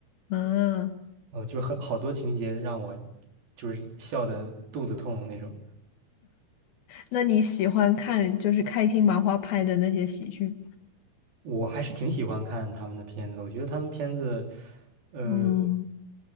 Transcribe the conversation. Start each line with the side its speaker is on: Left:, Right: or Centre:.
Left: 嗯，
Right: 呃，就是很好多情节让我就是笑得肚子痛那种。
Left: 那你喜欢看就是开心麻花拍的那些喜剧，
Right: 我还是挺喜欢看他们的片子的我觉得他们片子，呃
Left: 嗯